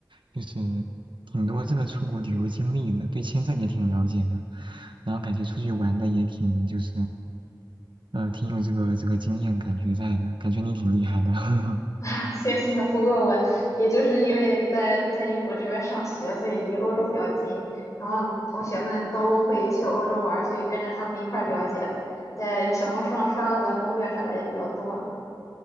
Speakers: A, on the right; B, on the left.
A: 就是挺多这个出国旅游经历的，对签证也挺了解的，然后感觉出去玩的也挺就是，呃，挺有这个这个经验感觉在的，感觉你挺厉害的。<laughs>
B: <laughs> 啊，谢谢。不过我也就是因为在在英国这边上学，所以离欧洲比较近，然后同学们都会去欧洲玩儿所以跟着他们一块儿了解，在小红书上刷到的攻略啥的也比较多。